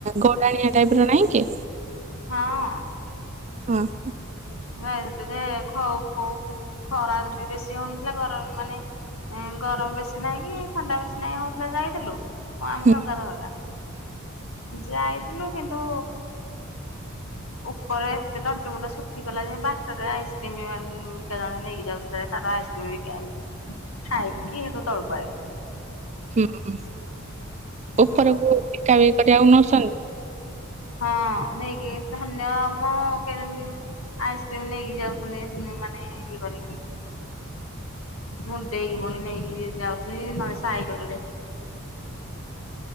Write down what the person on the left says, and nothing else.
ହଁ
ଭାଇରିତି ଯେ ଖଉ କୋଉ ଖରା ବି ବେଶୀ ହଉନଥିଲା ଗରମ ମାନେ ଏ ଗରମ ବେଶୀ ନାହିଁ ଥଣ୍ଡା ବେଶୀ ନାହିଁ ହଉଥିଲା ଯାଇଥିଲୁ ଁ ଆମ
ସଂଙ୍କଦ ଭଲା ଯାଇ <unintelligible> ଥିଲୁ, କିନ୍ତୁ ଉପରେ ଏତେ ତଣ୍ଟି ମୁୁଣ୍ଡ ସୁଖ ଶୁଖି ଗଲା ଯେ ବାଟରେ ଆଇସ୍କ୍ରିମ ଗଣ୍ଡ ବିକା ଜଣେ ନେଇକି ଯାଉଥିଲେ। ତାର ଆଇସ୍କ୍ରିମ ବିକା ହାଇଁ କିମ ର ତଳୁକୁ ଆଇଲି।
ହଁ।
ହଁ ନେଇ କି ଧନ୍ୟ ମୁଁ ସେ ଯେମିତି ଆଇସ୍କ୍ରିମ ନେଇକି ଯାଉଥିଲେ ମାନେ ଇଏ କରିକି ମୁଣ୍ଡେଇି ପୁଣ ନେଇ କି ଯାଉ ସହାକ